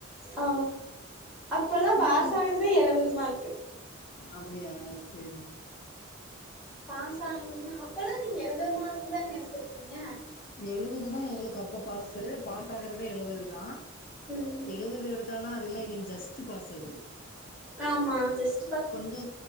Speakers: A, in the centre; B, on the left.
A: ஆ அப்பல்லா
B: ஸ்கூல்
A: பாஸ் ஆகுறதே எழுபது மார்க்கு
B: அப்படியா செரி
A: பாசாகானும்னா அப்பல்லா நீங்க எழுபது மார்க்கு தானே எடுத்திருப்பீங்க
B: எழுபது தா எங்களுக்கு அப்போ பாஸ்சு பாஸ் ஆகுறதே எழுவது தா
A: உம்
B: எழுபது எடுத்தாலா அதெல்லா எங்களுக்கு ஜஸ்ட் பாஸ்சு அது
A: ஆமா ஜஸ்
B: கொஞ்சு